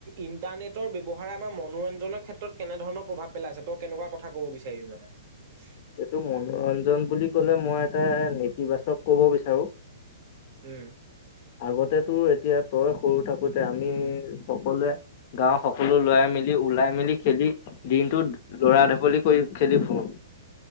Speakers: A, on the right; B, on the left.
A: ইণ্টাৰনেটৰ ব্যৱহাৰে আমাৰ মনোৰঞ্জনৰ ক্ষেত্ৰত কেনেধৰণৰ প্ৰভাৱ পেলাইছে তই কেনেকুৱা কথা কব বিচৰা। ানে <unintelligible>
B: এইটো মনোৰঞ্জন বুলি কলে মই এটা নেতিবাচক ক'ব বিচাৰো।
A: উম,
B: আগতেতো এতিয়া তই সৰু থাকোতে আমি সকলোৱে গাও সকলো লৰাই মিলি, ওলাই মেলি খেলি দিনটো লৰা ঢাপলি কৰি খেলি ফুৰো।